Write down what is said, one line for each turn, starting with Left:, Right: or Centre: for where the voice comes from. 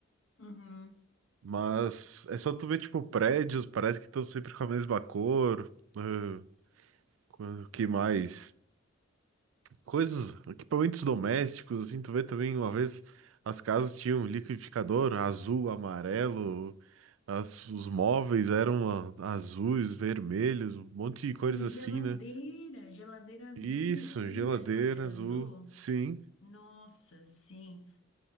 Left: Uhum.
Right: Mas é só tu ver, tipo, prédios, parece que estão sempre com a mesma cor. ah, com- O que mais? coisas, equipamentos domésticos, assim, tu vê também uma vez as casas tinham liquidificador azul, amarelo, as- os móveis eram ah, azuis, vermelhos, um monte de cores
Left: A geladeira,
Right: assim, né?
Left: geladeira azul.
Right: Isso,
Left: Lembra
Right: geladeira
Left: da geladeira
Right: azul,
Left: azul?
Right: sim,
Left: Nossa, sim,